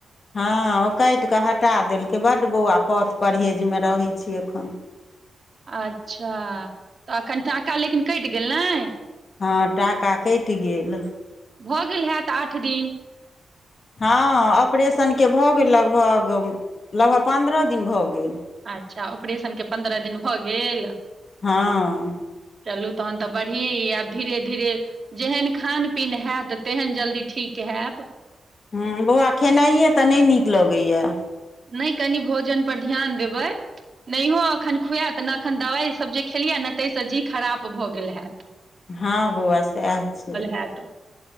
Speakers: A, on the left; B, on the right.
A: हँ ओ काइटि कऽ हटा देलकै बड्ड बौआ पथ परहेजमे रहै छी एखन
B: अच्छा तऽ एखन टाका लेकिन क इट गेल नै
A: हँ, टाका क इट गेल
B: भऽ गेल हैत आठ दिन
A: हँ, ऑपरेशनके भऽ गेल लगभग लगभग पन्द्रह दिन भऽ गेल।
B: अच्छा ओपरे शनके पन्द्रह दिन भऽ गेल।
A: हँ
B: चलू तहन तऽ बढ़िए य आब धीरे धीरे जेहन खान पीन हैत तेहन जल्दी ठीक के हैप
A: ह बौआ खेनाइए तऽ नहि नीक लगैए
B: नहि कनि भोजन पर ध्यान देबै। नहिओ एखन खुएत नहि एखन दवाइसभ जे खेलियै ने ताहिसँ जी खराब भऽ गेल होैत
A: हँ, बौआ सएह छियै।
B: हैत